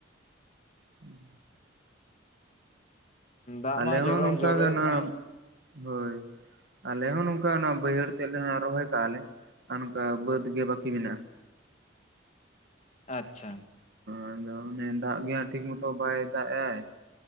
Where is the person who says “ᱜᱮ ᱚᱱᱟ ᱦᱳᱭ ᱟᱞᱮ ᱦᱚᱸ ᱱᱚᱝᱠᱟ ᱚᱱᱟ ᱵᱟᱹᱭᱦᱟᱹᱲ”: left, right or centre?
Right